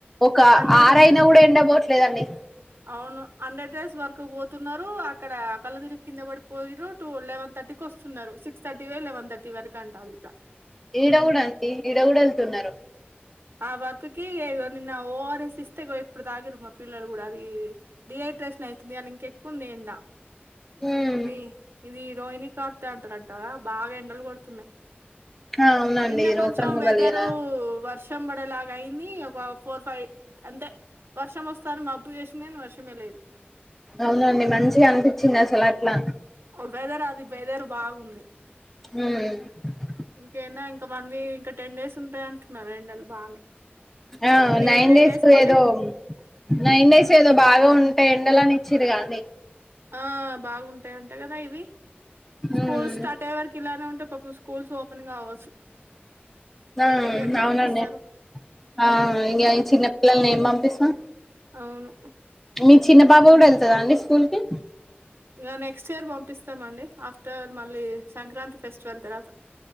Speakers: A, in the centre; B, on the right.
A: ఒక
B: హండ్రెడ్
A: ఆరైనా కూడా ఎండ పో వెళ్ళట్లేలేదు అండి.
B: అవును హండ్రెడ్ డేస్ వరకు పోతున్నారు అక్కడ కళ్ళు తిరిగి కింద పడిపోయిరు టూ లెవెన్ థర్టీకి వస్తున్నారు సిక్స్ థర్టీ లెవెన్ థర్టీ వరకు అంట అట్లా.
A: ఈడ కూడా అండి ఈడ కూడా వెళ్తున్నారు.
B: ఆ వర్క్ కి ఏ నిన్న ఓ ఆర్ ఎస్ ఇస్తే ఇగో ఇప్పుడు తాగిర్రు మా పిల్లలు కూడా డి డిహైడ్రేషన్ అయితుంది అని ఇంకా ఎక్కువ ఉంది ఎండ.
A: ఉమ్
B: ఇది ఇది రోహిణీ కార్తి అంటారంటగా బాగా ఎండలు కొడుతున్నాయి
A: ఆ అవునండి
B: నిన్న
A: రోకన్లు
B: కొంచెం వెదరు
A: బలిగిన
B: వర్షం పడి. లాగా అయింది ఒక ఫోర్ ఫైవ్. అంతే వర్షం వస్తాను మబ్బు. కాని వర్షమే లేదు
A: అవునండి మంచిగా అనిపించింది అసలు. అట్లా
B: వెదర్ అది వెదర్ బాగుంది.
A: హ్మ్.
B: ఇంకేనా ఇంకా వన్ వీక్ ఇంకా టెన్ డేస్ ఉంటాయి అంటున్నారు ఎండలు బాగానే
A: ఆ
B: కానీ
A: నైన్
B: టెన్
A: డేస్
B: మళ్ళీ
A: ఏదో నైన్ డేస్ ఏదో బాగా ఉంటాయి ఎండలు అని. ఇచ్చిరుగా అండి.
B: ఆ బాగుంటాయి అంటా కదా ఇవి. స్కూల్
A: ఉమ్
B: స్టార్ట్ వారకి. ఇలానే ఉంటే పాపం స్కూల్స్ ఓపెన్ గా కావచ్చు.
A: ఆ
B: ఈ ఎండకి ఎట్లా
A: అవునండి
B: పంపిస్తారు
A: ఆహ ఇక ఈ చిన్నపిల్లల్ని ఏం పంపిస్తాం
B: అవును
A: మీ. చిన్న పాప కూడా వెళ్తుందా అండి స్కూల్ కి.
B: ఇలా నెక్స్ట్ ఇయర్ పంపిస్తాము అండి ఆఫ్. ఆఫ్టార్ మళ్ళీ సంక్రాంతి ఫెస్టివల్ తర్వాత.